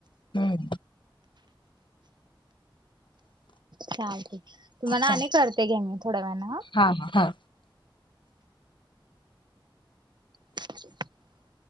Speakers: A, on the left (about 70°); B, on the right (about 60°).
A: हम्.
B: चालतय तुम्हाला आणि
A: चालेल
B: करते की मी. थोड्या वेळानं
A: हा हा.
B: <inaudible>